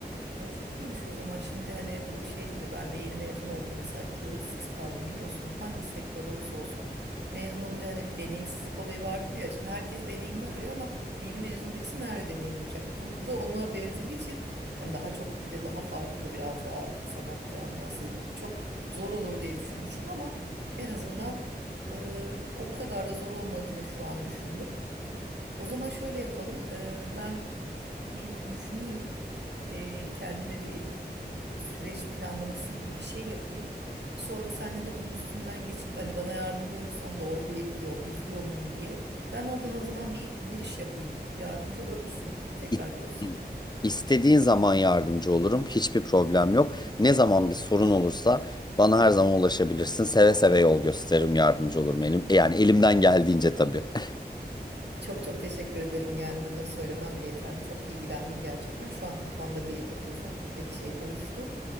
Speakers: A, on the right (about 80°); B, on the left (about 25°).
A: Ay çok iyiymiş o zaman. Şimdi hani bu şey gibi ben de yeni mezun oldum. Mesela iki yıl işsiz kaldım biliyorsun. Hangi sektörde olursa olsun. Mezun olunca hani bir deneyimsizlik olayı vardır ya. Şimdi herkes deneyimli arıyor ama yeni mezun birisi nerede deneyim yapacak? Bu da ona benzediği için hani daha çok bir de daha farklı biraz daha sanat camiası çok zor olur diye düşünmüştüm ama en azından e, o kadar da zor olmadığını şu an düşündüm. O zaman şöyle yapalım. E, ben bir düşüneyim e, kendime bir süreç planlaması gibi bir şey yapayım. Sonra senle de bunun üstünden geçip hani bana yardımcı olursan doğru bir yol izliyor muyum diye. Ben oradan o zaman bir giriş yapayım. Yardımcı olur musun? Tekrar
B: İ-
A: görüşsek.
B: İstediğin zaman yardımcı olurum. Hiçbir problem yok. Ne zaman bir sorun olursa bana her zaman ulaşabilirsin. Seve seve yol gösteririm, yardımcı olurum elim. Yani elimden geldiğince tabii. <laughs>
A: Çok çok teşekkür ederim. Yani bunları söylemem bile yeterli. Çok bilgilendim gerçekten. Şu an kafamda bir ufak tefek şey oluştu.